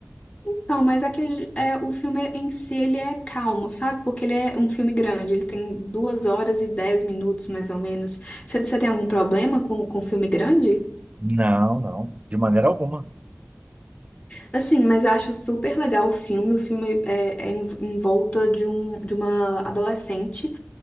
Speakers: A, on the left; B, on the right.
A: Então, mas é que é, o filme em si ele é calmo, sabe? Porque ele é um filme grande, ele tem duas horas e dez minutos, mais ou menos. Você, você tem algum problema com, com filme grande?
B: Não, não, de maneira alguma.
A: Assim, mas eu acho super legal o filme. O filme é, é em, em volta de, um, de uma adolescente.